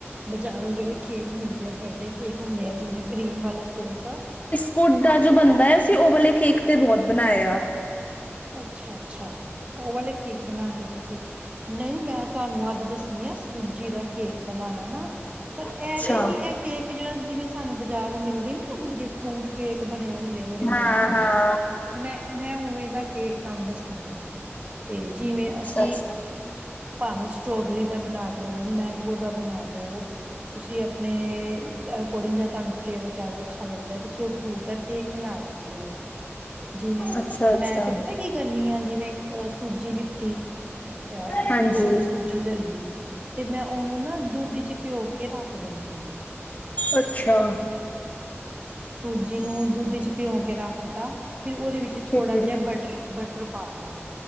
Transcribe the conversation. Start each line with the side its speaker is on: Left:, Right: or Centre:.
Right: ਬਜ਼ਾਰੋਂ ਜਿਹੜੇ ਕੇਕ ਮਿਲਦੇ ਆ ਬਰਡੇ ਕੇਕ ਹੁੰਦੇ ਆ ਜਿਵੇਂ ਕਰੀਮ ਵਾਲੇ ਕੇਕ
Left: ਕੁਡਾ ਜੋ ਬੰਦਾ ਹੈ ਅਸੀਂ ਉਹ ਵਾਲੇ ਕੇਕ ਤੇ ਬਹੁਤ ਬਣਾਇ ਆ।
Right: ਅੱਛਾ ਅੱਛਾ ਉਹ ਵਾਲੇ ਕੇਕ ਬਣਾਉਂਦੇ ਹੋ ਤੁਸੀਂ ਨਹੀਂ ਮੈਂ ਤੁਹਾਨੂੰ ਅੱਜ ਦੱਸਣੀ ਆ ਸੂਜੀ ਦਾ ਕੇਕ ਬਣਾਣਾ ਨਾ। ਪਰ ਇਹਵੇ
Left: ਅੱਛਾ।
Right: ਕਿ ਇਹ ਕੇਕ ਜਿਹੜਾ ਜਿਵੇਂ ਸਾਨੂੰ ਬਜਾਰੋ ਮਿਲਦੇ ਨੀ ਆ ਦੂਜੇ ਫਰੂਟ ਕੇਕ ਬਣੇ ਹੋਏ ਹੁੰਦੇ ਜਿਹੜੇ
Left: ਹਾਂ
Right: ਮਿਲਦੇ
Left: ਹਾਂ।
Right: ਐ ਮੈਂ-ਮੈਂ ਉਵੇਂ ਦਾ ਕੇਕ ਤਾਨੂੰ ਦੱਸਨੀ ਹਾਂ ਤੇ ਜਿਵੇਂ
Left: ਅੱਛਾ
Right: ਅਸੀਂ
Left: ਅੱਛਾ।
Right: ਭਾਵੇਂ ਸਟ੍ਰੋਬੇਰੀ ਦਾ ਬਣਾ ਲੋ, ਮੈਂਗੋ ਦਾ ਬਣਾ ਲਓ ਤੁਸੀਂ ਆਪਣੇ ਅਕੋਰਡਿੰਗ ਜਦੋਂ ਤੁਹਾਨੂੰ ਫਲੇਵਰ ਜ਼ਿਆਦਾ ਅੱਛਾ ਲੱਗਦਾ ਤੁਸੀਂ ਉਹ ਫਰੂਟ ਦਾ ਕੇਕ ਬਨਾ ਸਕਦੇ ਹੋ ਜਿਵੇਂ
Left: ਅੱਛਾ ਅੱਛਾ
Right: ਮੈਂ ਤੇ ਪਤਾ ਕੀ ਕਰਨੀ ਆ ਜਿਵੇਂ ਅ ਸੂਜੀ ਲਿੱਤੀ ਆ ਇੱਕ
Left: ਹਾਂਜੀ
Right: ਕੋਲੀ ਸੂਜੀ ਸੂਜ਼ੀ ਲੈ ਲਈ ਤੇ ਮੈਂ ਉਹਨੂੰ ਨਾ ਦੁੱਧ ਚ ਭਿਓਂ ਕੇ ਰੱਖ ਦਿੰਨੀ ਆ।
Left: ਅੱਛਾ।
Right: ਸੂਜੀ ਨੂੰ ਦੁੱਧ ਚ ਪਿਉਂ ਕੇ ਰੱਖਤਾ ਫਿਰ ਉਹਦੇ ਵਿੱਚ
Left: ਠੀਕ
Right: ਥੋੜਾ
Left: ਹੈ
Right: ਜਿਹਾ ਬਟ ਬਟਰ ਬਟਰ ਪਾ ਲਿਆ'